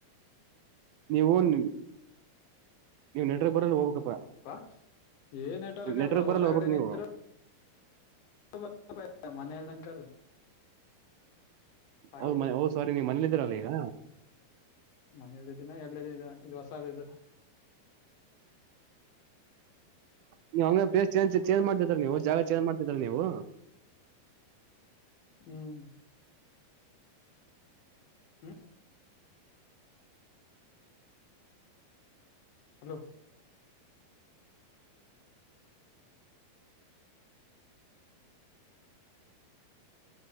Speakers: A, on the right (about 80°); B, on the left (about 75°).
A: ನೀವುನ್ ನೀವು ನೆಡ್ರ್ ಬರಲ್ ಹೋಬೇಕಪ್
B: ಹ ಏ ನೆಟ್ವರ್ಕ್ಪ
A: ನೆಟ್ವರ್ಕ್
B: ಹೊರಗಡೆ
A: ಬರಲ್ಲ ಹೋಗ್ಬೇಕಕ್
B: ನಿಂತ್ರು
A: ನೀವು
B: <unintelligible> ಮನೆಳ್ ದಂಕರ್
A: ಹೌದು
B: ಬಟ್ಟ
A: ಹೌದು ಸಾರಿ ನೀವು ಮನೇಲಿದ್ದೀರಲ್ಲ ಈಗ
B: ಮನಿಲದ್ದಿನ ಎ್ದ ದಿನ ಇದು ಹೊಸಾದ ಇದು. ಅಹ್ <inaudible>
A: ನೀ ಹಂಗ ಪ್ಲೇಸ್ ಚೇಂಜ್ ಚೇಂಜ್ ಮಾಡ್ತಿದ್ರ ನೀವು ಜಾಗ ಚೇಂಜ್ ಮಾಡ್ತಿದ್ರ ನೀವು,
B: ಹ್ಮ್ ಹ್ಮ ಹಲೋ